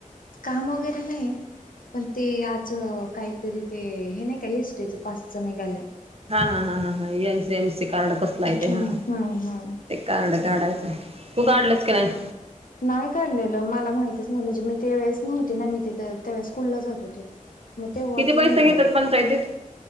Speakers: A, on the left (about 80°); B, on the right (about 45°).
A: काम वगैरे नाही पण ते आज काहीतरी ते हे नाही काय एसटेच पाचचं निघालय
B: हा हा हा हा हा M C M C card कसला येते
A: हम्म
B: हा
A: हम्म हम्म
B: ते काड काढायचं तू काढलंस काी नाही
A: नाही घडलेल मला माहितच नव म्हणजे मी ते वेळेस नव्हती ना मी तिथ त्यावेळेस कुललं जात होते मग तेव्हा
B: किती
A: ते
B: पैसे
A: निघाल
B: घेतात पंचायतीत